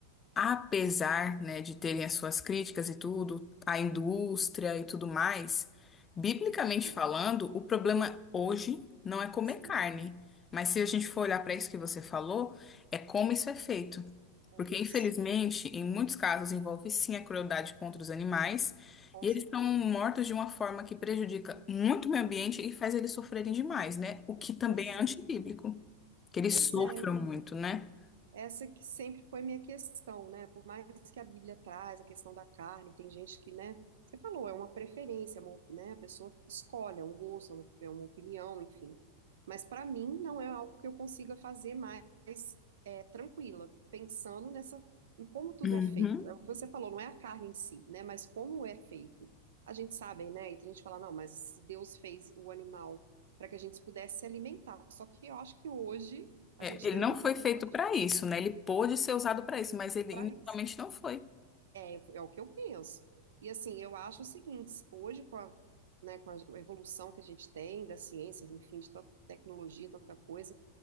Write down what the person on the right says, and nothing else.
Sim,
sim.
É
isso,
com
certeza.
Pois
é,
pois
é.
Essa que sempre foi minha questão, né? Por mais que a Bíblia traz a questão da carne, tem gente que, né? Você falou, é uma preferência, é uma- né? A pessoa escolhe, é um gosto, é um- é uma opinião, enfim. Mas para mim não é algo que eu consiga fazer mais é, tranquila, pensando nessa, em como tudo
é feito. É o que você falou, não é a carne em si, né? Mas como é feito. A gente sabe, né? E tem gente que fala, não, mas se Deus fez o animal para que a gente pudesse se alimentar. Só que eu acho que hoje a
gente
tem
uma
tecnologia
para
isso.
É, é o que eu penso. E assim, eu acho o seguinte, hoje com a, né, com a evolução que a gente tem da ciência, enfim, de tanta tecnologia, tanta coisa,